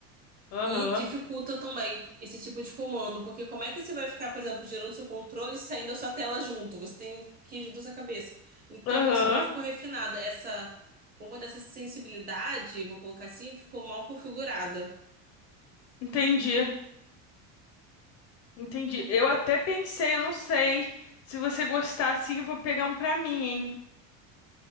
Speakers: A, on the left; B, on the right.
A: Aham.
B: E dificulta também esse tipo de comando, porque como é que você vai ficar, por exemplo, girando seu controle e saindo da sua tela junto? Você tem que ir junto à sua cabeça. Então,
A: Aham.
B: isso não ficou refinado. Essa, vamos botar essa sensibilidade, vou colocar assim, ficou mal configurada.
A: Entendi. Entendi. Eu até pensei, eu não sei. Se você gostar assim, eu vou pegar um pra mim, hein?